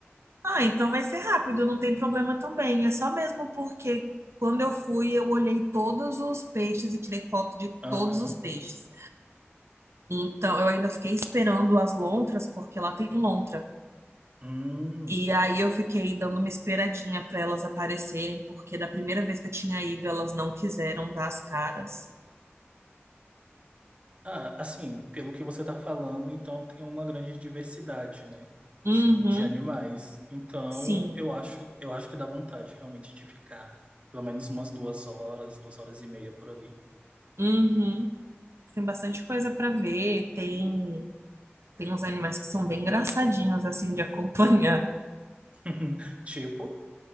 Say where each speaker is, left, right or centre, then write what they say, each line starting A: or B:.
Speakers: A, on the right; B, on the right.
A: Ah, então vai ser rápido, não tem problema também. É só mesmo porque quando eu fui, eu olhei todos os peixes e tirei foto de
B: Aham.
A: todos os peixes. Então, eu ainda fiquei esperando as lontras, porque lá tem lontra.
B: Hum.
A: E aí eu fiquei dando uma esperadinha para elas aparecerem, porque da primeira vez que eu tinha ido, elas não quiseram dar as caras.
B: Ah, assim, pelo que você tá falando, então tem uma grande diversidade, né?
A: Uhum,
B: Sim, de animais. Então,
A: sim.
B: eu acho, eu acho que dá vontade realmente de ficar pelo menos umas duas horas, duas horas e meia por ali.
A: Uhum. Tem bastante coisa para ver. Tem, tem uns animais que são bem engraçadinhos, assim, de acompanhar.
B: <laughs> Tipo,